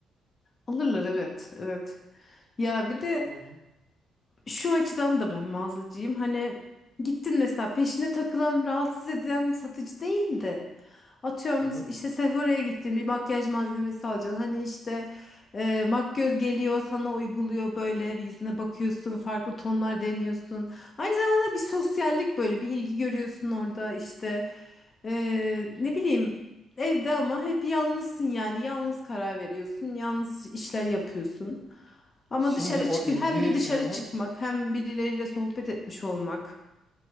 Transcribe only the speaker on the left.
Alırlar evet, evet. Ya bir de
Şu açıdan da ben mağazacıyım. Hani gittin mesela peşine takılan, rahatsız eden satıcı değil de. Atıyorum
işte Sephora'ya gittin bir makyaj malzemesi alacaksın. Hani işte e, makyöz geliyor sana uyguluyor böyle bir yüzüne bakıyorsun farklı tonlar deniyorsun. Aynı zamanda bir sosyallik böyle bir ilgi görüyorsun orada işte E, ne bileyim evde ama hep yalnızsın yani yalnız karar veriyorsun yalnız işler yapıyorsun. Ama
dışarı
çık
hem bir dışarı
çıkmak hem birileriyle sohbet etmiş olmak.